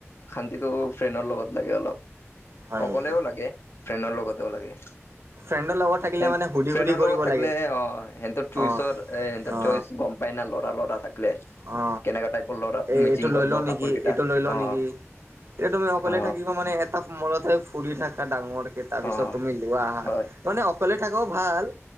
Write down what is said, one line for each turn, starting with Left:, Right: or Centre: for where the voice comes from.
Left: শান্তিটো ফ্ৰেণ্ডৰ লগত লাগে অলপ।
Right: হয়
Left: অকলেও
Right: নেকি?
Left: লাগে, ফ্ৰেণ্ডৰ লগতেও লাগে।
Right: ফ্ৰেণ্ডৰ লগত থাকিলে
Left: ফ্ৰেন
Right: মানে সুধি
Left: -ফ্ৰেণ্ডৰ
Right: সুধি কৰিব
Left: লগত থাকিলে
Right: লাগে
Left: অ সিহঁতৰ চুইচৰ
Right: অ
Left: এ সিহঁতৰ
Right: অ
Left: চইচ গম পাই না লৰা লৰা থাকিলে,
Right: অ
Left: কেনেকা টাইপৰ লৰা
Right: এই
Left: মেচিং
Right: এইটো লৈ
Left: কৰব
Right: লওঁ নেকি
Left: কাপোৰ কেইটা
Right: এইটো লৈ লওঁ
Left: অ।
Right: নেকি? এতিয়া তুমি অকলে
Left: অ
Right: থাকিবা মানে এটা মলতে ফুৰি থাকা ডাঙৰকে তাৰ পিছত
Left: অ
Right: তুমি লোৱা আহা।
Left: হয়
Right: তাৰমানে অকলে থাক ভাল।